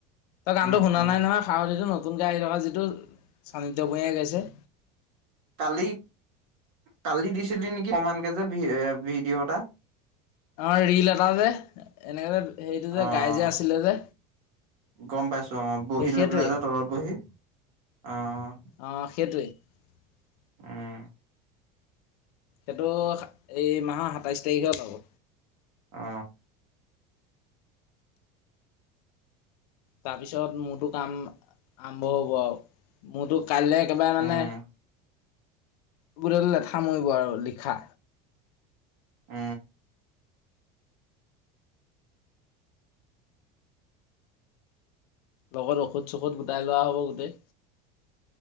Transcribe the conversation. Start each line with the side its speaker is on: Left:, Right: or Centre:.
Left: তই গানটো
Right: উম
Left: শুনা
Right: উম
Left: নাই নহয় সাৰথিটো নতুনকে আহি থকা যিটো চান্দিত্য বনিয়াই গাইছে।
Right: কালি কালি দিছিলো নেকি অকমানকে যে ভিডিঅ' এটা।
Left: অ' ৰীল এটাযে এনেকে যে। সেইটো যে
Right: অ'
Left: গাই যে আছিলে যে
Right: গম পাইছোঁ অ' বহি
Left: সেই সেইটোৱে
Right: লৈ পেলাই যে তলত বহি অ'।
Left: অ <unintelligible>
Right: উম।
Left: সেইটো এই মাহৰ সাতাইশ তাৰিখে পাব।
Right: অ।
Left: তাৰপিছত মোৰতো কাম আৰম্ভ হ'ব আৰু। মোৰতো কাইলে একেবাৰে মানে
Right: উম
Left: <unintelligible> লেঠা মৰিব আৰু লিখা।
Right: উ।
Left: লগত ঔষধ সৌষধ গোটাই লোৱা হ'ব গোটেই।